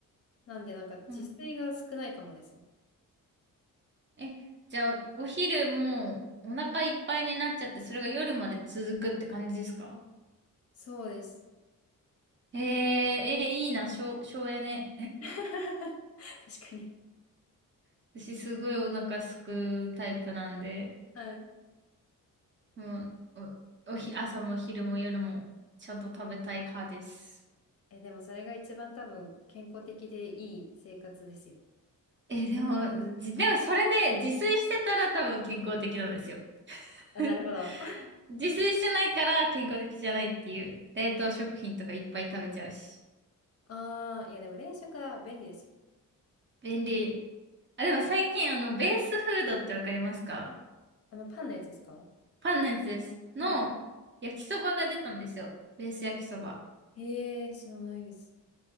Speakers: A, on the left; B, on the right.
A: なんでなんか自炊が少ないかもですね。
B: うん。え、じゃあ、お昼もうお腹いっぱいになっちゃって、それが夜まで続くって感じですか
A: そうです。
B: えー、えー、いいな、省、省エネ。
A: <laughs> 確かに。
B: <laughs> 私、すごいお腹すくタイプなんで、
A: はい。
B: もう、お、おひ、朝も昼も夜もちゃんと食べたい派です。
A: え、でもそれが一番多分健康的でいい生活ですよ。
B: え、でも、じ、でもそれで自炊してたら多分健康的なんですよ。
A: あ、
B: <laughs>
A: なるほど。
B: 自炊してないから健康的じゃないっていう。冷凍食品とかいっぱい食べちゃうし。
A: <laughs> ああ、いやでも冷食は便利ですよ。
B: 便利。あ、でも最近あの、ベースフードってわかりますか
A: あのパンのやつですか
B: パンのやつです。の、
A: はい。
B: 焼きそばが出たんですよ。ベース焼きそば。
A: へえ、知らないです。